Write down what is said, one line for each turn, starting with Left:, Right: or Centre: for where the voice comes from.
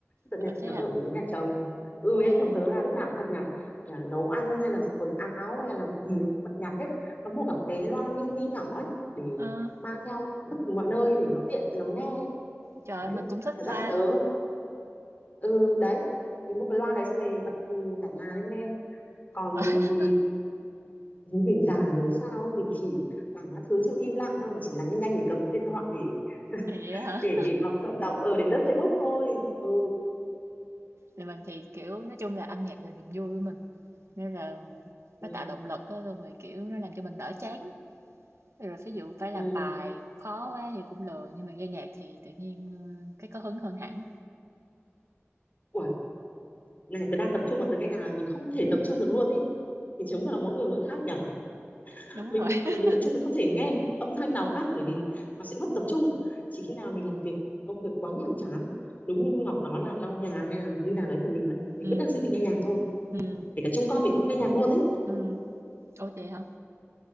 Left: tớ, nhà,
Right: Ờ, thế
Left: tớ
Right: à
Left: ở với nhà chồng ừ em
Right: à
Left: chồng tớ là lúc nào cũng bật nhạc nhà nấu ăn hay là giặt quần áo hay là làm gì bật nhạc hết nó mua cả một cái loa mini nhỏ ấy để
Right: ờ
Left: mang theo bất cứ mọi nơi để nó tiện nó nghe ấy.
Right: Trời
Left: đấy
Right: ơi, mình cũng thích
Left: thật
Right: loa
Left: ra thì tớ
Right: lắm.
Left: ừ đấy thì mua cái loa đấy xong rồi bật ừ, cả nhà lên nghe còn
Right: <laughs>
Left: mình thì mình già rồi sao ấy, mình chỉ làm các thứ trong im lặng thôi mà chỉ là nhanh nhanh để cầm cái điện thoại để
Right: à, vậy hả?
Left: để để đọc đọc ở đến lướt Facebook thôi ừ
Right: Thì mình thì kiểu nói chung là âm nhạc là niềm vui của mình. Nên là
Left: ừ
Right: nó tạo động lực á, xong rồi kiểu nó làm cho mình đỡ chán á. Rồi ví dụ phải làm
Left: ừ
Right: bài khó quá thì cũng lười nhưng mà nghe nhạc thì tự nhiên ờ, cái có hứng hơn hẳn.
Left: ủa này tớ đang tập trung mà tớ nghe nhạc là mình không thể tập trung được luôn ý thì chứng là mỗi người mỗi khác nhở
Right: Đúng
Left: mình
Right: rồi.
Left: mà
Right: <laughs>
Left: làm việc tập trung mình không thể nghe một âm thanh nào khác bởi vì nó sẽ mất tập trung chỉ khi nào mình làm việc công việc quá nhàm chán đúng như Ngọc nói là lau nhà hay là như nào đấy thì mình bắt mình
Right: Ừ,
Left: bất đắc dĩ mình nghe nhạc thôi
Right: ừ,
Left: kể cả trông con mình cũng không nghe nhạc luôn ấy
Right: ừ. Ủa vậy hả?